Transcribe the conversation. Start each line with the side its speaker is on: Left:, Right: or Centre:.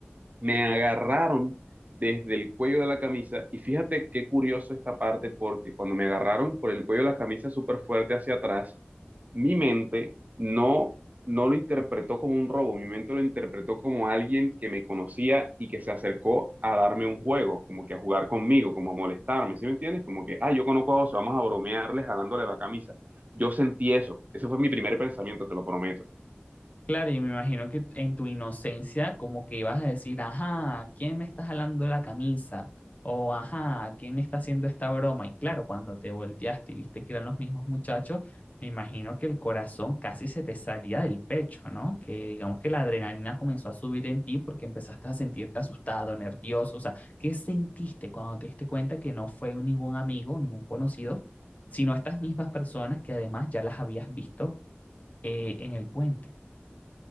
Right: me agarraron desde el cuello de la camisa y fíjate qué curioso esta parte porque cuando me agarraron por el cuello de la camisa súper fuerte hacia atrás, mi mente no, no lo interpretó como un robo, mi mente lo interpretó como alguien que me conocía y que se acercó a darme un juego, como que a jugar conmigo, como a molestarme, ¿sí me entiendes? Como que, ah, yo conozco a Oso, vamos a bromearle jalándole la camisa. Yo sentí eso, ese fue mi primer pensamiento, te lo prometo.
Left: Claro, y me imagino que en tu inocencia como que ibas a decir, ajá, ¿quién me está jalando la camisa? O ajá, ¿quién me está haciendo esta broma? Y claro, cuando te volteaste y viste que eran los mismos muchachos, me imagino que el corazón casi se te salía del pecho, ¿no? Que digamos que la adrenalina comenzó a subir en ti porque empezaste a sentirte asustado, nervioso. O sea, ¿qué sentiste cuando te diste cuenta que no fue ningún amigo, ningún conocido, sino estas mismas personas que además ya las habías visto eh, en el puente?